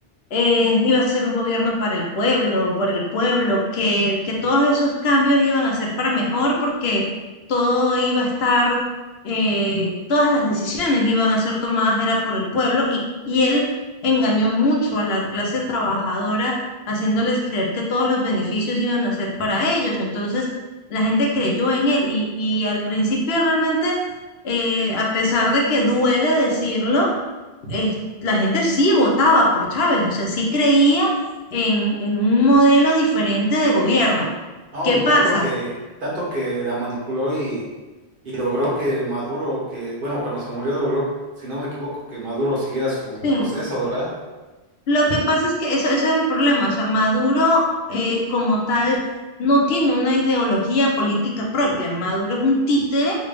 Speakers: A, on the left; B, on the right.
A: eh, iba a ser un gobierno para el pueblo, por el pueblo, que, que todos esos cambios iban a ser para mejor porque todo iba a estar, eh, todas las decisiones iban a ser tomadas era por el pueblo y, y él engañó mucho a la clase trabajadora haciéndoles creer que todos los beneficios iban a ser para ellos. Entonces la gente creyó en él y, y al principio realmente, eh, a pesar de que duele decirlo, eh, la gente sí votaba por Chávez, o sea, sí creía en, en un modelo diferente de gobierno.
B: no,
A: ¿Qué
B: y
A: pasa?
B: tanto que, tanto que la manipuló y, y logró que Maduro, que, bueno, cuando se murió logró, si no me equivoco, que Maduro siguiera su
A: Sí.
B: proceso, ¿verdad?
A: Lo que pasa es que eso, eso es el problema, o sea, Maduro eh, como tal no tiene una ideología política propia, Maduro es un títere